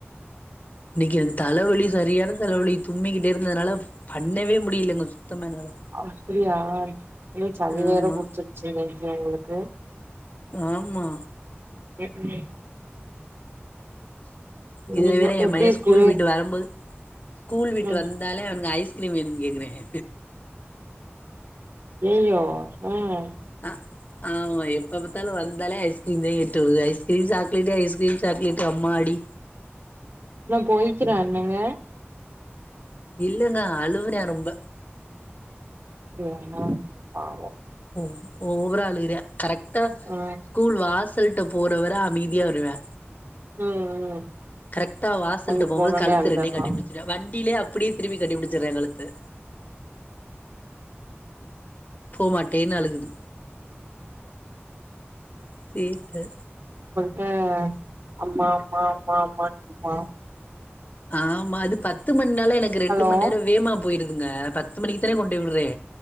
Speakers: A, on the left; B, on the right.
A: இன்னிக்கி எந் தலவலி சரியான தலவலி தும்மிகிட்டே இருந்தனால பண்ணவே முடியலங்க சுத்தமா என்னால
B: அப்டியா இனும் சளி
A: ஆமா
B: வேற புட்ச்சிருச்சுங்க <inaudible> உங்களுக்கு
A: ஆமா
B: ஏற்க்னவே
A: இதுல
B: ஐயோ
A: வேற எம்பயன்
B: எப்டி இருக்கு
A: ஸ்கூல் விட்டு வரம்போது ஸ்கூல் விட்டு
B: ம்
A: வந்தாலே அவ்னுங்க ஐஸ்கிரீம் வேணுன் கேக்குறாங்க
B: ஐய்யயோ ம்
A: அ ஆமா எப்ப பாத்தாலு வந்தாலே ஐஸ்கிரீம் தா கேட்டுவ ice cream chocolate ice cream chocolate அம்மாடி
B: இவ போய்கிறா என்னங்க
A: இல்லங்க அழுவுறா ரொம்ப
B: ஏங்க பாவொ
A: ஒவ் ஓவரா அழுகுறே கரெக்டா
B: ஆ
A: ஸ்கூல் வாசல்ட்ட போறவர அமைதியா வருவெ
B: ம் ம்
A: கரெக்டா வாசல்ட்ட
B: அங்குட்டு
A: போம்போது
B: போனோனே
A: கழுத்து
B: அழுதர்றா
A: ரெண்டயு கட்டிபுடிச்சிட்டு வண்டிலே அப்டியேதிரும்பி கட்டிபுடிச்சிற்றே கழுத்த போமாட்டேன்னு அழுகுது சேட்ட
B: ட அம்மா அம்மா அம்மா அம்மான்ட்ருப்பா
A: ஆமா அது பத்து மண்நால எனக்கு ரெண்டு
B: ஹலோ
A: மண் நேர வேமா போயிருதுங்க பத்து மணிக்கு தானெ கொண்டே விட்றே